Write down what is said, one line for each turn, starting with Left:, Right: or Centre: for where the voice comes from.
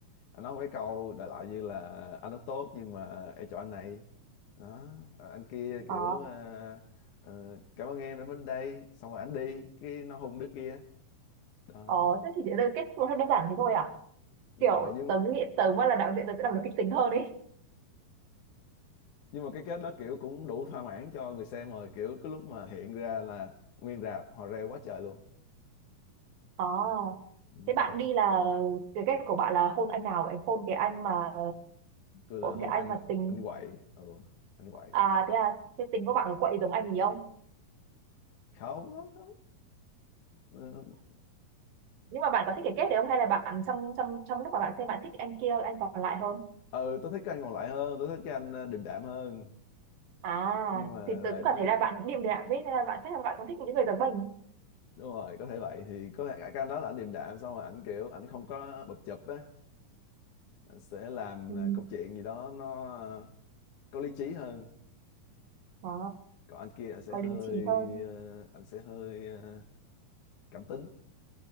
Left: anh nói một cái câu đại loại như là anh rất tốt nhưng mà em chọn anh này đó Ờ, anh kia
Right: ờ
Left: kiểu ờ, ờ, cảm ơn em đã đến đây xong rồi anh đi cái nó hùng đứa kia đó
Right: ờ thế chỉ đơn kết thúc nó đơn giản thế thôi à
Left: đúng
Right: kiểu
Left: rồi nhưng mà
Right: tớ nghĩ tớ mà là đạo diễn tớ sẽ làm nó kịch tính hơn ấy
Left: nhưng mà cái kết đó kiểu cũng đủ thỏa mãn cho người xem rồi kiểu cái lúc mà hiện ra là nguyên rạp họ reo quá trời luôn
Right: ờ
Left: ừ.
Right: thế bạn đi là cái cách của bạn là hôn anh nào vậy hôn cái anh mà
Left: tôi là
Right: hôn
Left: không
Right: cái anh
Left: cái anh
Right: mà tính
Left: anh quậy ừ, anh quậy
Right: à thế à thế tính của bạn có quậy giống anh gì không
Left: không không không ừ,
Right: nhưng mà bạn
Left: ờ.
Right: có thích cái kết đấy không hay là bạn trong trong trong lúc mà bạn xem bạn thích anh kia anh còn lại hơn
Left: ừ tôi thích cái anh còn lại hơn tôi thích cái anh ờ, điềm đạm hơn
Right: à
Left: nhưng mà
Right: thì
Left: lại
Right: tớ cũng
Left: nó-
Right: cảm thấy là bạn điềm đạm ấy nên là bạn chắc là bạn cũng thích những người giống mình
Left: đúng rồi có thể vậy thì có thể cái anh đó là anh điềm đạm xong rồi ảnh kiểu ảnh không có bập chụp á anh sẽ làm
Right: ừ.
Left: ờ, công chuyện gì đó nó ờ, có lý trí hơn
Right: à,
Left: còn anh kia anh sẽ
Right: có
Left: hơi
Right: lý trí hơn
Left: ờ, anh sẽ hơi ờ, cảm tính